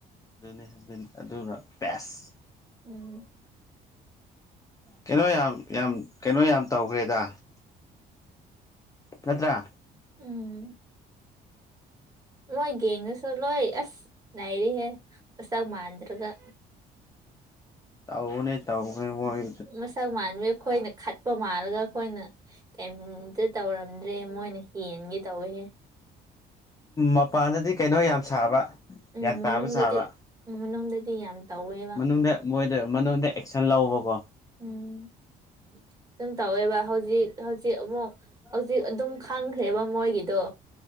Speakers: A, on the left (about 20°); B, on the right (about 20°).
A: ꯑꯗꯨꯅꯤ ꯑꯗꯨꯅꯤ ꯑꯗꯨꯅ ꯄꯦꯁ
B: ꯎꯝ
A: ꯀꯩꯅꯣ ꯌꯥꯝ ꯌꯥꯝ ꯀꯩꯅꯣ ꯌꯥꯝ ꯇꯧꯈ꯭ꯔꯦꯗ ꯅꯠꯇ꯭ꯔꯥ
B: ꯎꯝ ꯃꯣꯏ ꯒꯦꯡꯉꯁꯨ ꯂꯣꯏ ꯑꯁ ꯅꯥꯏꯔꯤꯍꯦ ꯆꯥꯛ ꯃꯥꯟꯗ꯭ꯔꯒ
A: ꯇꯥꯎ ꯃꯅꯦ ꯇꯥꯎ ꯃ ꯃꯣꯏ
B: ꯃꯁꯛ ꯃꯥꯟꯕꯤ ꯑꯩꯈꯣꯏꯅ ꯈꯠꯄ ꯃꯥꯜꯂꯒ ꯑꯩꯈꯣꯏꯅ ꯀꯩꯝꯇ ꯇꯧꯔꯝꯗ꯭ꯔꯦ ꯃꯣꯏꯅ ꯍꯦꯟꯒꯦ ꯇꯧꯍꯦ
A: ꯃꯄꯥꯟꯗꯗꯤ ꯀꯩꯅꯣ ꯌꯥꯝ ꯁꯥꯕ
B: ꯎꯝ
A: ꯒ꯭ꯌꯥꯟ ꯇꯥꯕ
B: ꯃꯅꯨꯡꯗꯗꯤ
A: ꯁꯥꯕ
B: ꯎꯝ ꯃꯅꯨꯡꯗꯗꯤ ꯌꯥꯝ ꯇꯧꯋꯦꯕ
A: ꯃꯅꯨꯡꯗ ꯃꯣꯏꯗ ꯃꯅꯨꯡꯗ ꯑꯦꯛꯁꯟ ꯂꯧꯕꯀꯣ
B: ꯎꯝ ꯁꯨꯝ ꯇꯧꯋꯦꯕ ꯍꯧꯖꯤꯛ ꯍꯧꯖꯤꯛ ꯑꯃꯨꯛ ꯍꯧꯖꯤꯛ ꯑꯗꯨꯝ ꯈꯪꯈ꯭ꯔꯦꯕ ꯃꯣꯏꯒꯤꯗꯣ